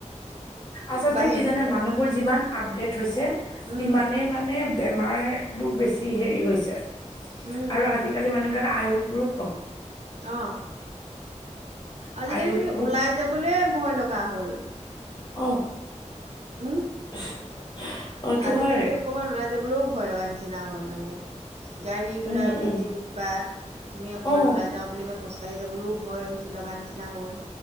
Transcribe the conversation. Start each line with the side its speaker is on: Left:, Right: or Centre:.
Left: আচলতে
Right: বা সেই
Left: কি
Right: মুখতে
Left: জানে মানুহবোৰ যিমান আপডেট হৈছে।
Right: উম
Left: ইমানে মানে বেমাৰ বোৰ বেছি হেৰি হৈছে আৰু
Right: উম উম
Left: আজিকালি মানুহবিলাকে আয়ুসবোৰো কম।
Right: অ, আজিকালি
Left: আয়ুস
Right: তুমি
Left: বোৰ
Right: ওলাই যাব বোলে ভয় লগা হ'ল
Left: অ
Right: উম।
Left: <unintelligible> এইটো
Right: আজিকালি
Left: হয়
Right: অকমান ওলাই যাবলৈও ভয় লগা নিচিনা হল মানে। গাড়ী ঘোডাৰ
Left: উম
Right: বেছি
Left: উম
Right: উ কবাট তুমি অকণমান
Left: অ
Right: ওলাই যাওঁ বুলি কৈ খোজকাঢ়ি যাবলৈও ভয় লগা নিচিনা হ'ল।